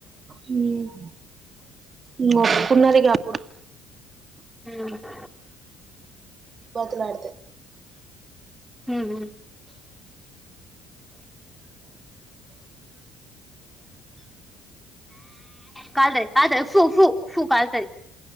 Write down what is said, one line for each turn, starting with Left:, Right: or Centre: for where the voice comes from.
Right: ఉమ్ ఉమ్ మారి పున్నాదిగాప్పుడు
Centre: ఉమ్
Right: పతుల అతే
Centre: ఉహు కాల్ తయి కా తయి ఫూ ఫూ ఫూ కాల్ తయి